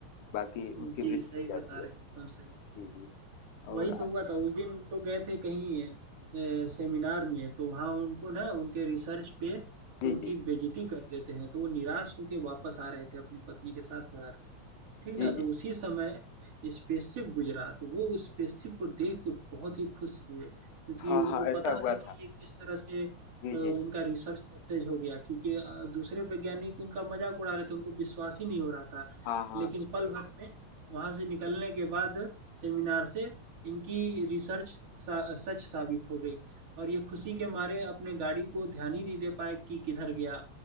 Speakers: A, on the left; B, on the right.
A: बाकी
B: जी,
A: उनकी मृत्यु
B: सही
A: हो जाती
B: बता रहे
A: है
B: हैं, एकदम सही।
A: जी जी
B: वही
A: और
B: तो
A: आ-
B: हुआ था, उस दिन हम लोग गए थे कहीं अ, सेमिनार में तो वहाँ उनको ना उनके रिसर्च पे
A: जी
B: उनकी
A: जी
B: बेइज़्ज़ती कर देते हैं, तो वो निराश होके वापस आ रहे थे अपनी पत्नी के साथ घर। ठीक ना?
A: जी जी
B: तो उसी
A: जी।
B: समय स्पेसशिप गुजरा तो वो उस स्पेसशिप को देख के बहुत ही खुश हुए क्योंकि
A: हाँ
B: उनको
A: हाँ ऐसा
B: पता था
A: हुआ था
B: कि ये किस तरह से
A: जी
B: अ, उनका
A: जी जी।
B: रिसर्च सक्सेस हो गया क्योंकि अ, दूसरे वैज्ञानिक उनका मजाक उड़ा रहे थे उनको विश्वास ही नहीं हो रहा था
A: हाँ हाँ
B: लेकिन
A: मृत्यु
B: पल भर
A: हुआ।
B: में वहां से निकलने के बाद सेमिनार से इनकी रिसर्च सा, सच साबित हो गई और ये खुशी के मारे अपने गाड़ी को ध्यान ही नहीं दे पाए कि किधर गया